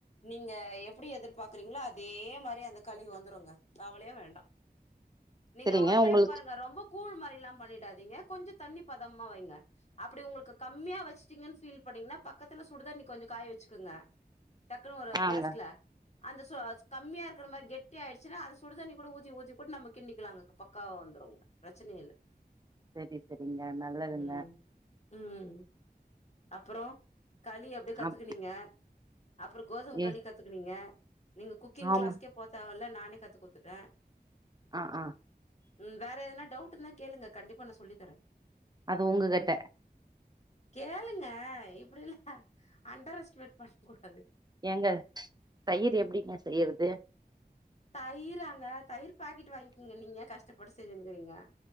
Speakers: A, on the left; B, on the right.
A: நீங்க எப்டி எதிர்பாக்குறீங்களோ அதே மாரி அந்த களி வந்துருங்க கவலையே வேண்டா நீங்க
B: சரிங்க
A: ஒரு
B: உங்களுக்கு
A: டைம் பாருங்க ரொம்ப கூழ் மாரில்லா பண்ணிடாதீங்க கொஞ்சோ தண்ணி பதமா வைங்க அப்படி உங்களுக்கு கம்மியா வச்சுட்டீங்கன் ஃபீல் பண்ணீங்கனா பக்கத்துல சுடு தண்ணி கொஞ்சோ காய வச்சுக்குங்க டக்குனு ஒரு
B: ஆங்க
A: கேஸ்ல அந்த சு கம்மியா இருக்கற மாரி கெட் டி ஆயிருச்சினா அது சுடு தண்ணி கூட ஊத்தி ஊத்தி கூட நம்ம கிண்டிக்கலாங்க பக்காவா வந்துருங்க பிரச்சன இல்ல
B: செரி செரிங்க நல்லதுங்க
A: ம் ம் அப்புறோ களி அப்டியே கத்துக்குனீங்க
B: அப்
A: அப்புறோ கோதும
B: ஏ
A: களி கத்துக்குவீங்க நீங்க குக்கிங்
B: ஆமா
A: கிளாஸ்கே போவ் வல்ல நானே கத்து குடுத்துட்டே
B: ஆ ஆ
A: ம் வேற எதனா டவுட் இருந்தா கேளுங்க கண்டிப்பா நா சொல்லித்தரே
B: அது உங்க கிட்ட
A: கேளுங்க இப்டி இல்ல அண்டர் எஸ்டிமேட் ப <unintelligible>
B: ஏங்க தயிர் எப்டிங்க செய்யறது
A: தயிராங்க தயிர் பாக்கெட் வாய்ங்கிங்க நீங்க ஏ கஷ்டப்பட்டு செஞ்சினுக்கிறீங்க